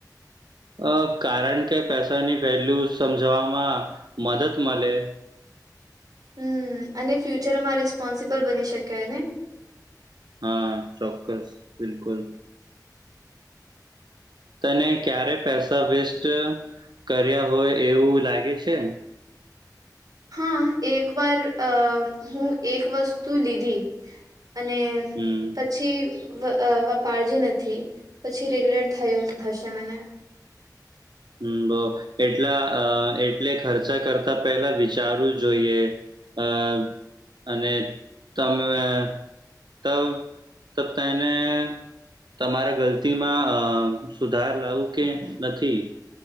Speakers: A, on the right; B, on the right.
A: અ કારણ કે પૈસાની વેલ્યુ સમજવામાં મદદ મળે
B: હમ અને ફ્યુચરમાં રિસ્પોન્સિબલ બની શકાય ને
A: હા ચોક્કસ બિલકુલ
B: <inaudible>
A: તને ક્યારે પૈસા વેસ્ટ કર્યા હોય એવું લાગે છે.
B: હા એક વાર અ હું એક વસ્તુ લીધી અને
A: હમ
B: પછી વપારજી નથી પછી રેગ્રેટ થયું હશે મને
A: હમ બહ એટલા એટલે ખર્ચા કરતા પેલા વિચારવું જોઈએ અ અને તમે તબ તબ તો એને તમારે ગલતીમાં અ સુધાર લાવું કે નથી